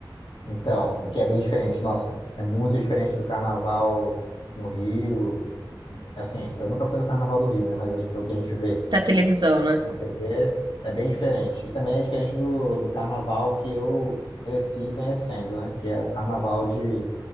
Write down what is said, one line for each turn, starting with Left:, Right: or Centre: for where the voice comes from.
Left: Então, que é bem diferente, nossa. É muito diferente do carnaval no Rio. Assim, eu nunca fui no carnaval do Rio, né? Mas pelo que a gente vê.
Right: da televisão, né?
Left: TV é bem diferente. E também é diferente do, do carnaval que eu cresci conhecendo, né? Que é um carnaval de,